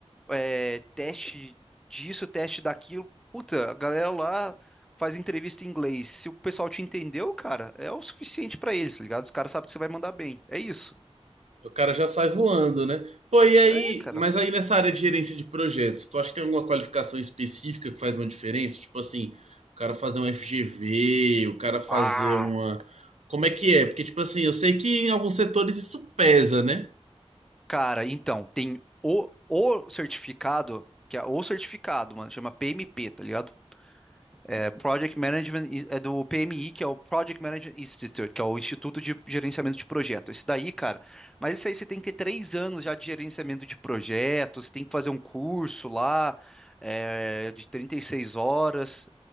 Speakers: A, in the centre; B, on the right.
A: é, teste disso, teste daquilo. Puta, a galera lá faz entrevista em inglês. Se o pessoal te entendeu, cara, é o suficiente pra eles, tá ligado? Os caras sabem que você vai mandar bem. É isso.
B: O cara já sai voando, né? Pô, e aí,
A: É, cara.
B: mas aí nessa área de gerência de projetos, tu acha que tem alguma qualificação específica que faz uma diferença? Tipo assim, o cara fazer um FGV, o cara fazer
A: Ah,
B: uma. Como é que é? Porque, tipo assim, eu sei que em alguns setores isso pesa, né?
A: Cara, então, tem o, o certificado, que é o certificado, mano, chama PMP, tá ligado? é, Project Management é do PMI, que é o Project Management Institute, que é o Instituto de Gerenciamento de Projetos. Isso daí, cara, mas isso aí você tem que ter três anos já de gerenciamento de projetos, tem que fazer um curso lá é, de 36 horas.